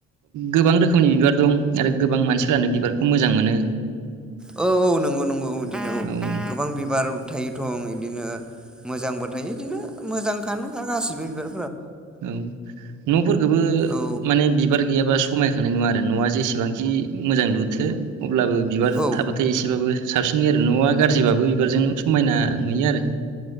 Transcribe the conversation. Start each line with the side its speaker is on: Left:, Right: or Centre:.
Right: गोबां रोखोमनि बिबार दं आरो गोबां मानसिफोरानो बिबारखौ मोजां मोनो
Centre: औ औ नंगौ नंगौ <unintelligible>
Right: औ
Centre: गोबां बिबार थायोथ बिदिनो मोजांबो थायो बिदिनो मोजांखानोखा गासिबो बिबार
Right: औ न'फोरखौबो
Centre: औ
Right: माने बिबार गैयाबा स खमायखांनाय नुवा आरो न'आ जेसेबांखि मोजां लुथो अब्लाबो बिबार
Centre: औ
Right: थाबाथाय एसेबाबो साबसिननि आरो न'वा गाज्रिबाबो बिबारजों समायना नुयो आरो